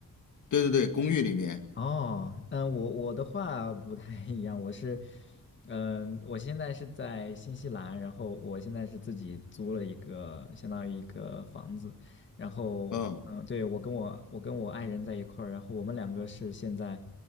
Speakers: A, on the left; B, on the left.
A: 对对对，公寓里面，
B: 哦，嗯，我我的话不太一样，我是，嗯，我现在是在新西兰，然后我现在是自己租了一个，相当于一个房子，然后，
A: 嗯
B: 嗯，对，我跟我我跟我爱人在一块儿，然后我们两个是现在，